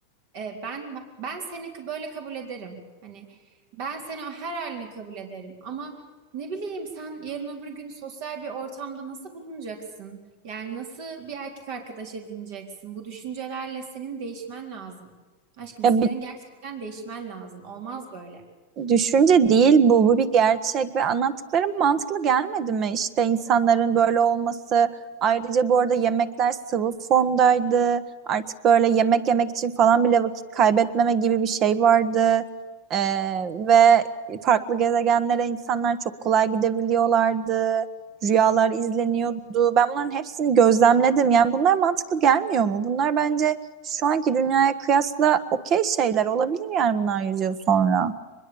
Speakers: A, on the right (about 55°); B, on the right (about 30°).
A: e, ben ben seni k- böyle kabul ederim. Hani ben seni her halini kabul ederim ama ne bileyim sen yarın öbür gün sosyal bir ortamda nasıl bulunacaksın? Yani nasıl bir erkek arkadaş edineceksin? Bu düşüncelerle senin değişmen lazım. Aşkım
B: Ya
A: senin gerçekten değişmen lazım. Olmaz böyle.
B: Düşünce değil bu, bu bir gerçek ve anlattıklarım mantıklı gelmedi mi? İşte insanların böyle olması. Ayrıca bu arada yemekler sıvı formdaydı. Artık böyle yemek yemek için falan bile vakit kaybetmeme gibi bir şey vardı. Ee, ve farklı gezegenlere insanlar çok kolay gidebiliyorlardı. Rüyalar izleniyordu. Ben bunların hepsini gözlemledim. Yani bunlar mantıklı gelmiyor mu? Bunlar bence şu anki dünyaya kıyasla okey şeyler olabilir yani bunlar yüz yıl sonra.